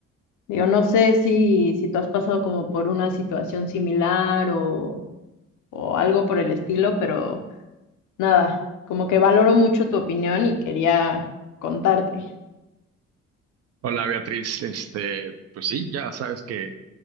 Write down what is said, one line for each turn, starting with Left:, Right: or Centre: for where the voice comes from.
Left: digo, no sé si, si tú has pasado como por una situación similar o, o algo por el estilo, pero nada, como que valoro mucho tu opinión y quería contarte.
Right: Hola Beatriz, este, pues sí, ya sabes que